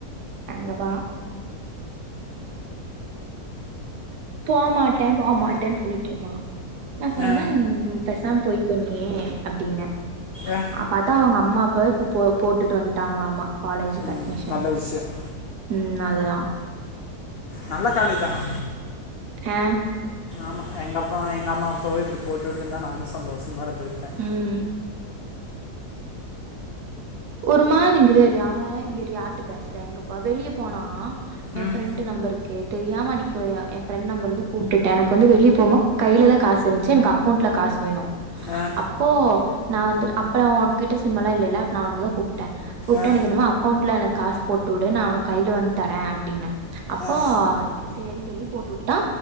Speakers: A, on the right; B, on the left.
A: அங்கதா போ மாட்டேன் போ மாட்டேன் சொல்லிட்ருந்தா நா சொன்ன
B: ஆ,
A: நீ பெசாம் போய்கோ நீ அப்டின்ன
B: ஆ.
A: பாத்தா அவங்க அம்மா அப்பாவே போட்டுட்டு வந்துட்டாங்களாம்மா காலேஜ் க
B: ம்,
A: அட்மிஷன்
B: நல்ல விஷயம்
A: ம் அதுதான்
B: நல்ல காலேஜ் ஆனா
A: ஆ
B: ஆமா எங்க அப்பா எங்க அம்மா அப்பாவே இப்டி போட்டு விட்டுருந்தா நானும் சந்தோஷமா இருந்திருப்பேன்
A: ம் ஒரு மாதி இங்க வேற அவன் இங்க யாரிட்ட பேசுற இங்க போ வெளியே போனா என்
B: ம்
A: ஃப்ரெண்டு் நம்பருக்குே தெரியாம அந்நிக்கு என் ஃப்ரெண்ட் நம்பர்லு கூப்பிட்டேன் எனக்கு வந்து வெளியே போமோ கையில த காசு இருந்துச்சு எனக்கு அக்கௌண்ட்ல காசு வேணும்
B: ஆ
A: அப்போ நான் வந்து அப்பேல உன்கிட்ட கிட்ட சிம்ம எல்லா இல்லல்ல நான் உனக்கு தான் கூப்பிட்டேன் கூப்பிட்டேன்
B: ஆ
A: எனக்கு இந்த மா அக்கௌண்ட்ல எனக்கு காசு போட்டுவிடு நான் உனக்கு கையில வந்து தரேன் அப்டின்ன அப்போ
B: ஆ
A: சேரின்னு சொல்லி போட்டு வுட்டுடா